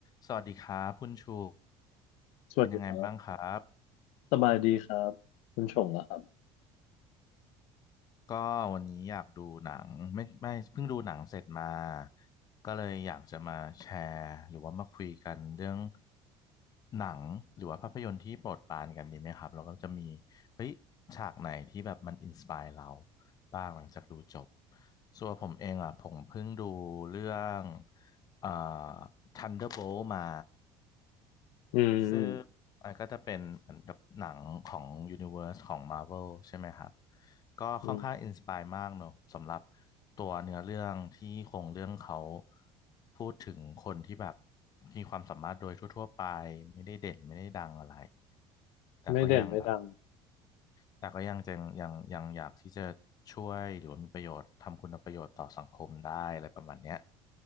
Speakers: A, on the left; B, on the left.
A: สวัสดีครับคุณชู
B: สวัสดีครับ
A: เป็นยังไงบ้างครับ
B: สบายดีครับคุณชงเหรอครับ
A: ก็วันนี้อยากดูหนังไม่ไม่เพิ่งดูหนังเสร็จมาก็เลยอยากจะมาแชร์หรือว่ามาคุยกันเรื่องหนังหรือว่าภาพยนตร์ที่โปรดปรานกันดีไหมครับแล้วก็จะมีเฮ้ยฉากไหนที่แบบมันอินสปายเราบ้างหลังจากดูจบส่วนผมเองอ่ะผมเพิ่งดูเรื่องเอ่อ Thunderbolt มา
B: อืมอืม
A: ซึ่งมันก็จะเป็นเหมือนกับหนังของ Universe ของ Marvel ใช่ไหมครับก็ค่อนข้างอินสปายมากเนอะสำหรับ
B: อืม
A: ตัวเนื้อเรื่องที่โครงเรื่องเขาพูดถึงคนที่แบบมีความสามารถโดยทั่วๆไปไม่ได้เด่นไม่ได้ดังอะไรแต่ก็ยังแบบ
B: ไม่เด่นไม่ดัง
A: แต่ก็ยังจะยังยังอยากที่จะช่วยหรือว่ามีประโยชน์ทำคุณประโยชน์ต่อสังคมได้อะไรประมาณเนี้ย